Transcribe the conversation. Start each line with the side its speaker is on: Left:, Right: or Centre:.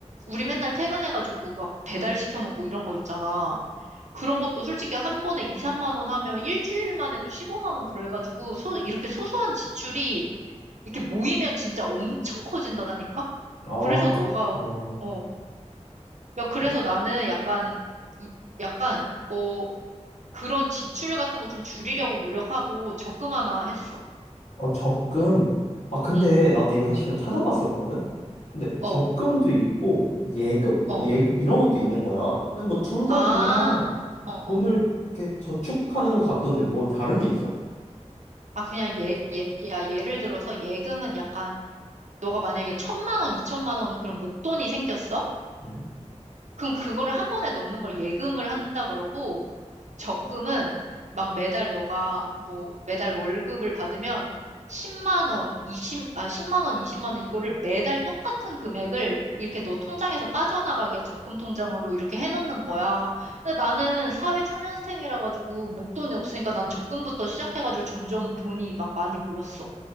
Right: 우리 맨날 퇴근해가지고, 막 배달 시켜 먹고 이런 거 있잖아. 그런 것도 솔직히 한 번에 2, 3만 원 하면 일주일만 해도 15만 원 그래가지고, 소, 이렇게 소소한 지출이 이렇게 모이면 진짜 엄청 커진다니까?
Left: 아,
Right: 그래서 너가,
Left: 그렇구나. 어,
Right: 어, 야, 그래서
Left: 어,
Right: 나는 약간, 이, 약간, 어, 그런 지출 같은 거 좀 줄이려고 노력하고 적금 하나 했어.
Left: 어, 적금. 아, 근데
Right: 응,
Left: 나도 이거 사실 좀 찾아봤었거든? 근데
Right: 어,
Left: 적금도 있고, 예금? 뭐
Right: 어.
Left: 예, 이런 것도 있는 거야. 근데 뭐 둘
Right: 아,
Left: 다 그냥
Right: 어, 어.
Left: 돈을
Right: 어.
Left: 이렇게 저축하는 것 같던데 뭐 다른 게 있어?
Right: 아, 그냥 예, 예, 야, 예를 들어서 예금은 약간, 너가 만약에 천만 원, 이천만 원 그런 목돈이 생겼어?
Left: 응?
Right: 그럼 그거를 한 번에 넣는 걸 예금을 한다 그러고, 적금은 막 매달 너가 뭐 매달 월급을 받으면 10만 원, 20, 아, 십만 원, 이십만 원 이거를 매달 똑같은 금액을 이렇게 너 통장에서 빠져나가게 적금 통장으로 이렇게 해놓는 거야. 근데 나는 사회 초년생이라 가지고 목돈이 없으니까 난 적금부터 시작해가지고 점점 돈이 막 많이 모였어.